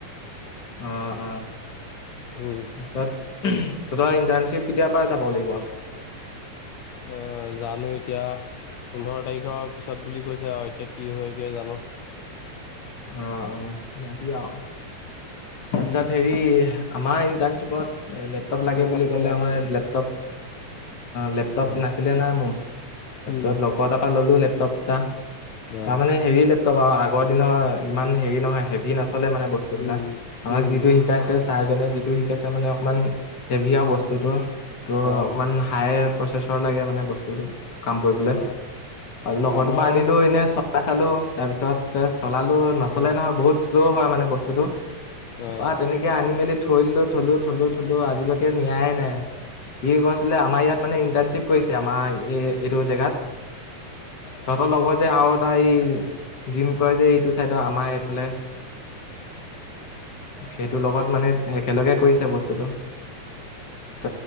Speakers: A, on the left; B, on the left.
A: অ', অ'।
B: উম।
A: তাৰপিছত তহঁতৰ ইণ্টাৰ্ণশ্বিপ কেতিয়াৰ পৰা যাব লাগিব?
B: অ', জানোঁ এতিয়া পোন্ধৰ তাৰিখৰ পিছত বুলি কৈছে আৰু এতিয়া কি হয়গৈ জানোঁ?
A: অ', অ', যাবি আৰু। তাৰপিছত
B: উম
A: হেৰি আমাৰ ইণ্টাৰ্ণশ্বিপত লেপটপ লাগে
B: পইচা
A: বুলি
B: পাতি
A: ক'লে
B: নাই
A: আমাৰ লেপটপ লেপটপ
B: অ
A: নাছিলে না মোৰ, তাৰপিছত
B: উম
A: লগৰ এটাৰ পৰা ল'লোঁ লেপটপ এটা।
B: অ
A: তাৰ মানে হেৰি লেপটপ আৰু আগৰ দিনৰ ইমান হেৰি নহয় হেভি নচলে মানে বস্তু বস্তু বিলাক।
B: উম
A: আমাক
B: উম
A: যিটো শিকাইছে ছাৰজনে যিটো শিকাইছে মানে অকমান হেভিয় আৰু বস্তুটো। টোৰ
B: অ
A: অকমান হাই প্ৰচেছৰ লাগে মানে বস্তুটো কাম কৰিবলে,
B: অ
A: লগটোপা
B: আমাৰো
A: আনিলোঁ এনে চলাই চালোঁ। তাৰপিছত চলালোঁ নচলে
B: অ
A: নহয় বহুত শ্ল' হয় মানে বস্তু বস্তুটো
B: অ
A: তাপা তেনেকে আনি মেলি থৈদিলোঁ, থলোঁ-থলোঁ-থলোঁ আজিলৈকে নিয়াই নাই। সি কৈছিলে আমাৰ ইয়াত মানে ইণ্টাৰ্ণশ্বিপ কৰিছে আমাৰ এই এইটো জেগাত। ত তহঁতৰ লগৰ যে আৰু এটা এই জিম কয় যে এইটো চাইদৰ আমাৰ এইফালে। সেইটো লগত মানে একেলগে কৰিছে বস্তুতটো। ত